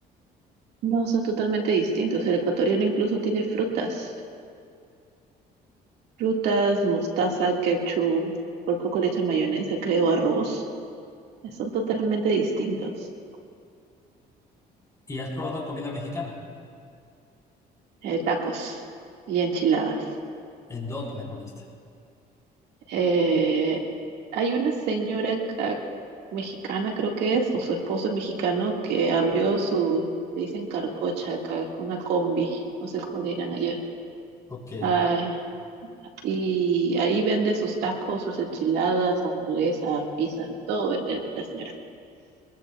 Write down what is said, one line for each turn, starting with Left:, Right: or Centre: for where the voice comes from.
Right: No, son totalmente distintos. El ecuatoriano incluso tiene frutas. Frutas, mostaza, ketchup, por poco le echan mayonesa, creo, arroz. Eh, Son totalmente distintos.
Left: ¿Y has probado comida mexicana?
Right: Eh, tacos y enchiladas.
Left: ¿En dónde la comiste?
Right: Eh, hay una señora acá, mexicana, creo que es, o su esposo es mexicano, que abrió su, le dicen carcocha acá, una combi, no sé cómo le dirán allá.
Left: Ok.
Right: Ah, y ahí vende sus tacos, sus enchiladas, hamburguesas, pizzas, todo vende la señora.